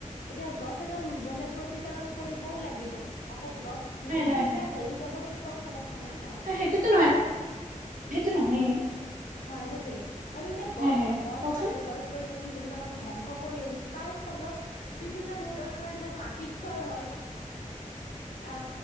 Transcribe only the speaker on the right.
হয় হয় হয়
সেইটোতো নহয়
সেইটো নহয়ে।
হয় হয়
কওকচোন।